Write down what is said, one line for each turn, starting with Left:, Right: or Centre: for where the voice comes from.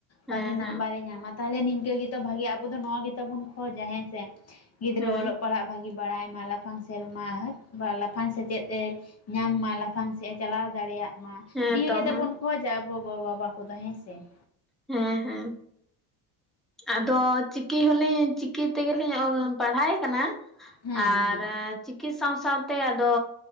Centre: ᱦᱮᱸ
Left: ᱵᱷᱟᱹᱜᱤ ᱱᱟᱢᱵᱟᱨᱮ
Centre: ᱦᱮᱸ
Left: ᱧᱟᱢᱟ ᱛᱟᱦᱚᱞᱮ ᱱᱤᱝᱠᱟᱹ ᱜᱮᱛᱚ ᱵᱷᱟᱹᱜᱤ ᱟᱵᱚ ᱫᱚ ᱱᱚᱣᱟ ᱜᱮᱛᱚᱵᱚᱱ ᱠᱷᱚᱡᱽ-ᱟ ᱦᱮᱸ ᱥᱮ ᱜᱤᱫᱽᱨᱟᱹ
Centre: ᱦᱮᱸ
Left: ᱚᱞᱚᱜ ᱯᱟᱲᱦᱟᱜ ᱵᱷᱟᱹᱜᱤ ᱵᱟᱲᱟᱭ ᱢᱟ ᱞᱟᱯᱷᱟᱝ ᱥᱮ ᱥᱮᱨᱢᱟ ᱦᱟᱹᱴ ᱞᱟᱯᱷᱟᱝ ᱥᱮᱪᱮᱫ ᱮ ᱧᱟᱢ ᱢᱟ ᱞᱟᱯᱷᱟᱝ ᱥᱮᱪ ᱮ ᱪᱟᱞᱟᱣ ᱫᱟᱲᱮᱭᱟᱜ ᱾ ᱢᱟ
Centre: ᱦᱮᱸ
Left: ᱱᱤᱭᱟᱹ
Centre: ᱛᱚ
Left: ᱜᱮᱛᱚ
Centre: ᱦᱮᱸ
Left: ᱵᱚᱱ ᱠᱷᱚᱡᱟ ᱜᱚ ᱵᱟᱵᱟ ᱠᱚᱫᱚ ᱦᱮᱸ ᱥᱮ ᱾
Centre: ᱦᱮᱸ ᱦᱮᱸ ᱾ ᱟᱫᱚ ᱪᱤᱠᱤ ᱦᱚᱞᱤᱧ ᱪᱤᱠᱤ ᱛᱮᱜᱮᱞᱤᱧ ᱚᱞ ᱯᱟᱲᱦᱟᱣᱮ ᱠᱟᱱᱟ ᱾
Left: ᱦᱮᱸ
Centre: ᱟᱨ
Left: ᱦᱮᱸ
Centre: ᱪᱤᱠᱤ ᱥᱟᱶ ᱥᱟᱶᱛᱮ ᱟᱫᱚ